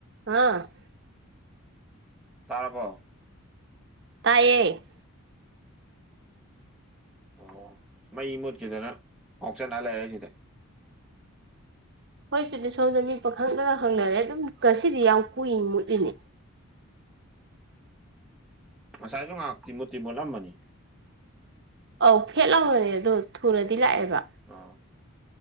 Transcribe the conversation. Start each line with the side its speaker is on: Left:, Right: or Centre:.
Right: ꯑ
Centre: ꯇꯔꯥꯕꯣ
Right: ꯇꯥꯏꯌꯦ
Centre: ꯑꯣ ꯃꯩ ꯃꯨꯠꯈꯤꯗꯅ ꯉꯥꯎꯆꯠꯅꯔ ꯂꯩꯔ ꯁꯤꯗ
Right: ꯍꯣꯏꯁꯨꯗꯤ ꯁꯣꯝꯗ ꯃꯤ ꯄꯥꯈꯪꯗꯅ ꯍꯪꯅꯔꯦ ꯑꯗꯨꯝ ꯉꯁꯤꯗꯤ ꯌꯥꯝ ꯀꯨꯏ ꯃꯨꯠꯂꯤꯅꯤ
Centre: ꯉꯁꯥꯏꯒ ꯉꯍꯥꯛꯇꯤ ꯃꯨꯇꯤ ꯃꯣꯜꯂꯝꯝꯕꯅꯤ꯫
Right: ꯑꯧ ꯐꯦꯠ ꯂꯥꯎꯅꯅꯦ ꯑꯗꯣ ꯊꯨꯅꯗꯤ ꯂꯥꯛꯑꯦꯕ
Centre: ꯑꯥꯎ